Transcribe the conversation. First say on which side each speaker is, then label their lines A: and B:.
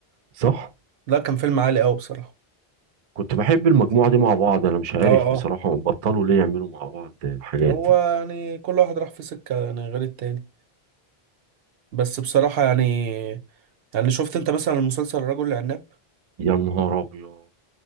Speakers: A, on the right (about 50°); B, on the right (about 70°).
A: صح
B: لا كان فيلم عالي أوي بصراحة
A: كنت بحب المجموعة دي مع بعض انا مش عارف
B: اه اه
A: بصراحة بطلوا ليه يعملوا مع بعض حاجات
B: هو يعني كل واحد راح في سكة يعني غير التاني بس بصراحة يعني يعني شفت أنت مثلا مسلسل الرجل العناب
A: يا نهار ابيض